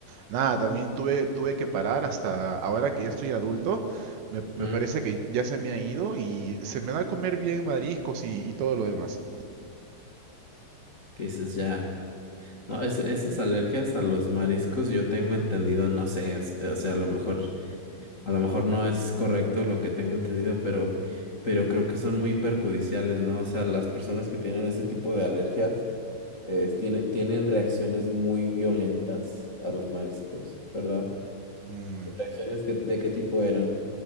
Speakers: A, on the right; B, on the left.
A: nada, también tuve, tuve que parar hasta ahora que ya estoy adulto, me,
B: Ujú.
A: me parece que ya se me ha ido y se me da a comer bien mariscos y, y todo lo demás.
B: Que dices ya. No, es, esas alergias a los mariscos yo tengo entendido, no sé, o sea, o sea, a lo mejor A lo mejor no es correcto lo que tengo entendido, pero, pero creo que son muy perjudiciales, ¿no? O sea, las personas que tienen ese tipo de alergias, eh, tiene- tienen reacciones muy violentas a los mariscos, ¿verdad?
A: Mm,
B: ¿Tus reacciones que- de qué tipo eran?